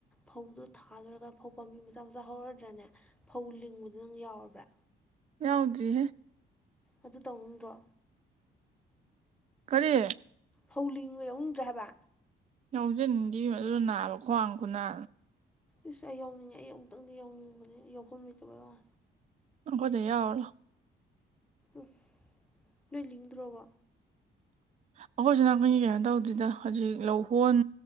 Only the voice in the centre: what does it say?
ꯐꯧꯗꯣ ꯊꯥꯗꯔꯒ ꯐꯧ ꯄꯥꯝꯕꯤ ꯃꯆꯥ ꯃꯆꯥ ꯍꯧꯔꯗ꯭ꯔꯥꯅꯦ ꯐꯧ ꯂꯤꯡꯕꯗꯨ ꯅꯪ ꯌꯥꯎꯔꯕ꯭ꯔꯥ
ꯑꯗꯨ ꯇꯧꯅꯤꯡꯗ꯭ꯔꯣ
ꯐꯧꯂꯤꯡꯉ ꯌꯥꯎꯅꯤꯡꯗ꯭ꯔꯦ ꯍꯥꯏꯕ
ꯏꯁꯁ ꯑꯩ ꯌꯥꯎꯅꯤꯡꯉꯦ ꯑꯩ ꯑꯃꯨꯛꯇꯪꯗꯤ ꯌꯥꯎꯅꯤꯡꯕꯅꯦ ꯌꯥꯎꯐꯝ ꯂꯩꯇꯕꯩ ꯋꯥ
ꯎ ꯅꯣꯏ ꯂꯤꯡꯗ꯭ꯔꯣꯕ